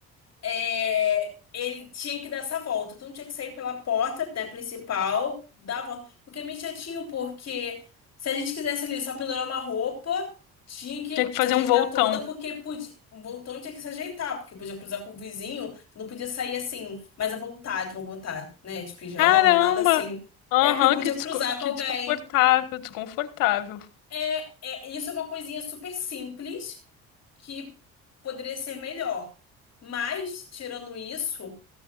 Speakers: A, on the left; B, on the left.
A: é, ele tinha que dar essa volta. Então tinha que sair pela porta, né, principal, dar a volta. O que é meio chatinho, porque se a gente quisesse ali só pendurar uma roupa, tinha que
B: Tinha que fazer
A: se ajeitar
B: um voltão.
A: toda, porque podia. O voltão tinha que se ajeitar, porque podia cruzar com o vizinho, você não podia sair assim, mais à vontade, vou botar, né? De pijama,
B: Caramba!
A: nada assim.
B: Aham,
A: É, porque podia
B: que, desco-
A: cruzar
B: que
A: com alguém.
B: desconfortável, desconfortável.
A: É, é, isso é uma coisinha super simples que poderia ser melhor. Mas, tirando isso.